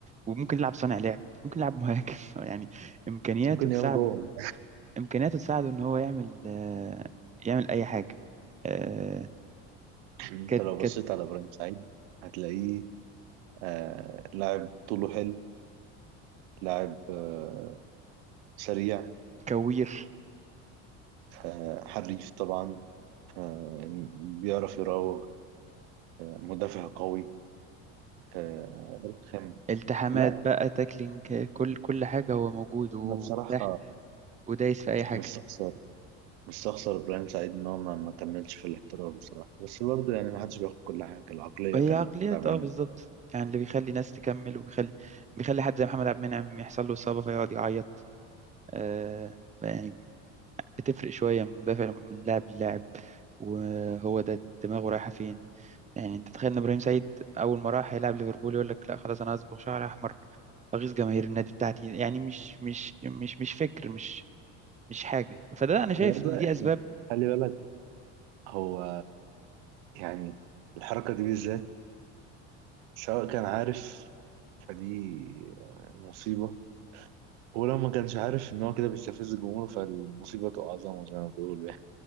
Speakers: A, on the right; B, on the right.
A: وممكن يلعب صانع لعب ممكن يلعب مهاجم <laughs> يعني إمكانياته
B: ممكن
A: تساعده
B: يقف جون
A: إمكانياته تساعده إن هو يعمل آه، يعمل أي حاجة آه،
B: <clears throat> أنت
A: كت
B: لو بصيت
A: كت
B: على إبراهيم سعيد هتلاقيه آه لاعب طوله حلو لاعب آه سريع
A: كوير
B: آه حريف طبعا آه بيعرف يراوغ آه مدافع قوي آه رخم
A: التحامات
B: لا
A: بقى تاكلينج كل كل حاجة هو موجود ومتاح
B: أنا بصراحة
A: ودايس في أي حاجة
B: مش شخص بس اخسر ابراهيم سعيد ان هو ما ما كملش في الاحتراف بصراحه بس برضه يعني ما حدش بياخد كل حاجه العقليه
A: وهي
B: كانت
A: عقليات
B: تعبانه
A: اه بالظبط يعني اللي بيخلي ناس تكمل وبيخلي بيخلي حد زي محمد عبد المنعم يحصل له إصابة فيقعد يعيط آه يعني بتفرق شوية من مدافع من لاعب للاعب وهو ده دماغه رايحة فين يعني انت تخيل ان ابراهيم سعيد اول ما راح يلعب ليفربول يقول لك لا خلاص انا هصبغ شعر احمر اغيظ جماهير النادي بتاعتي يعني مش مش مش مش فكر مش مش حاجة فده انا شايف
B: هو بقى
A: ان دي اسباب
B: يعني خلي بالك هو يعني الحركه دي بالذات سواء كان عارف فدي مصيبه ولو ما كانش عارف ان هو كده بيستفز الجمهور فالمصيبه تبقى اعظم زي ما بيقولوا يعني